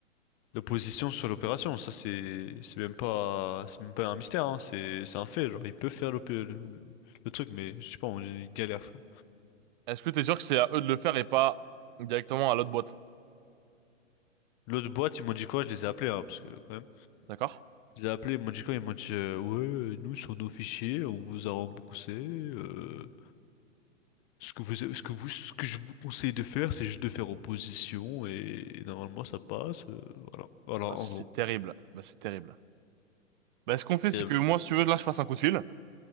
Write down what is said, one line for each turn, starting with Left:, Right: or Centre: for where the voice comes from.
Left: l'opposition sur l'opération. Ça, c'est c'est même pas c'est même pas un mystère, hein. C'est c'est un fait. Genre, ils peuvent faire l'op- le... le truc, mais je sais pas, on... ils galèrent, frère.
Right: Est-ce que t'es sûr que c'est à eux de le faire et pas directement à l'autre boîte?
Left: L'autre boîte, ils m'ont dit quoi? Je les ai appelés, hein, parce que quand même.
Right: D'accord?
Left: Ils ont appelé, ils m'ont dit quoi? Ils m'ont dit euh, ouais, nous sur nos fichiers, on vous a remboursé. euh, ce que vous, ce que vous, ce que je vous conseille de faire, c'est juste de faire opposition et, et normalement ça passe. euh, voilà, voilà, en
Right: Ah, c'est
Left: gros.
Right: terrible. Bah, c'est terrible. Bah, ce qu'on fait,
Left: Diable.
Right: c'est que moi, si tu veux, là, je passe un coup de fil.